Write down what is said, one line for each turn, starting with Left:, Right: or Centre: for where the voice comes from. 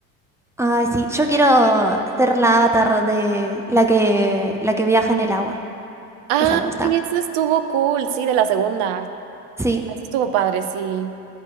Centre: Ay, sí, yo quiero ser la avatar de la que, la que viaja en el agua.
Right: Ah,
Centre: Esa me gusta.
Right: sí, eso estuvo cool, sí, de la segunda.
Centre: Sí,
Right: Eso estuvo padre, sí.